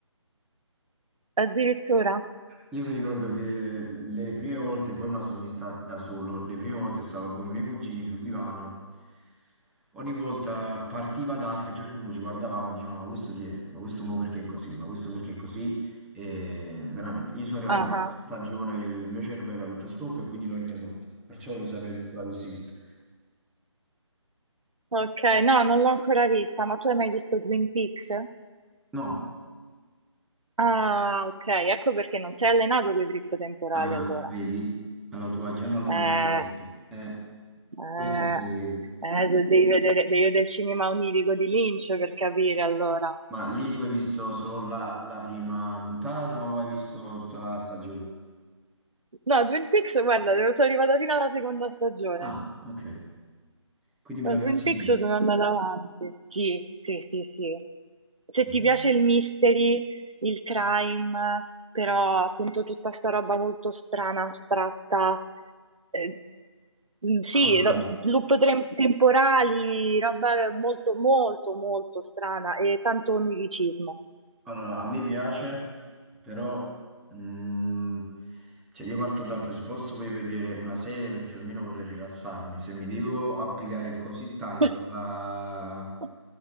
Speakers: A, on the right; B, in the centre.
A: Addirittura?
B: Io mi ricordo che le prime volte, poi me la sono vista da solo, le prime volte stavo con i miei cugini sul divano, ogni volta partiva Dark, a un certo punto ci guardavamo e dicevamo ma questo chi è? Ma questo mo perché è così? Ma questo perché è così? E veramente, io sono arrivato
A: Ah,
B: alla terza
A: ah.
B: stagione che il mio cervello ha detto stop e quindi l'ho interrotta, perciò volevo sapere se tu l'avessi vista.
A: ok, no, non l'ho ancora vista, ma tu hai mai visto Twin Peaks?
B: No,
A: Ah, ok, ecco perché non sei allenato con i trip temporali
B: ah,
A: allora.
B: vedi, allora tu hai già un allenamento
A: Eh,
B: sotto, eh,
A: No.
B: questo è il segreto.
A: eh, eh, de- devi vedere, devi vedere il cinema onirico di Lynch per capire allora.
B: Ma lì tu hai visto solo la, la prima puntata o hai visto tutta la stagione?
A: No, Twin Peaks, guarda, devo- sono arrivata fino alla seconda stagione.
B: Ah, ok. Quindi me
A: Da
B: la
A: Twin
B: consigli?
A: Peaks sono andata avanti. Sì, sì, sì, sì. Se
B: Mhm.
A: ti piace il mystery, il crime, però appunto tutta sta roba molto strana, astratta, eh, mm, sì,
B: Allora,
A: ro- loop tre- temporali, roba molto, molto, molto strana e tanto oniricismo.
B: allora, a me piace, però mm, cioè io parto dal presupposto, voglio vedere una serie perché almeno vorrei rilassarmi. Se mi devo applicare così tanto
A: <laughs>
B: da,